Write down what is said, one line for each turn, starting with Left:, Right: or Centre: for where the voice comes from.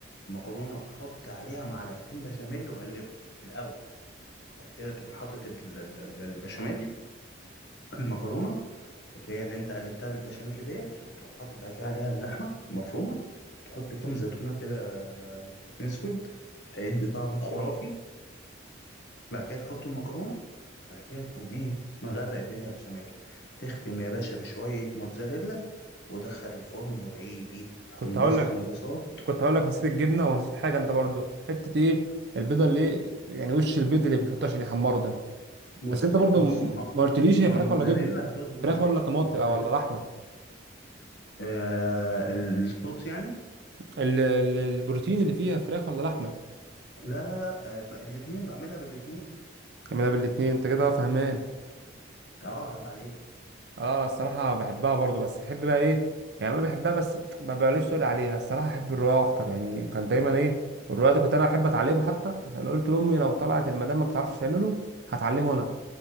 Left: المكرونه حط عليها معلقتين بشاميل وقلبهم الاول بعد كده تقوم حاطط ال- ال- ال- البشاميل المكرونه اللي هي اللي انت قلبتها بالبشاميل ديت وتقوم حاطط بعد كده عليها اللحمه المفرومه تحط كام زيتونه كده زيتون اسود هيدي طعم خرافي بعد كده تحط المكرونه بعد كده تقوم ايه مغرق الدنيا بشاميل تختم يا باشا بشويه موتزاريلا ودخل الفرن وادعي لي هتنبسط
Right: كنت هقول لك
Left: انبساط
Right: كنت هقول لك نسيت الجبنه ونسيت حاجه انت برضو حته ايه البيضه اللي يعني وش البيض اللي بيحطوه عشان يحمره ده
Left: بص
Right: بس انت برضو
Left: بص
Right: م- ما قلتليش هي
Left: ما
Right: فراخ
Left: الموتزاريلا
Right: ولا جبنه
Left: هتظبط
Right: فراخ
Left: الدنيا
Right: ولا طماطم
Left: الموتزاريلا
Right: آه، ولا لحمه
Left: آه الصوص يعني
Right: ال- ال- البروتين اللي فيها فراخ ولا لحمه
Left: لا لا لا آه الاثنين بعملها بالاثنين
Right: ما انا بالاتنين انت كده فهمان
Left: اه عيب عليك
Right: اه انا الصراحه بحبها برضو بس بحب بقى ايه يعني انا بحبها بس ما بقاليش تقول عليها الصراحه احب الرقاق اكتر يعني كان دايما ايه الرقاق ده كنت انا احب اتعلمه حتى عشان قلت لامي لو طلعت المدام ما بتعرفش تعمله هتعلمه انا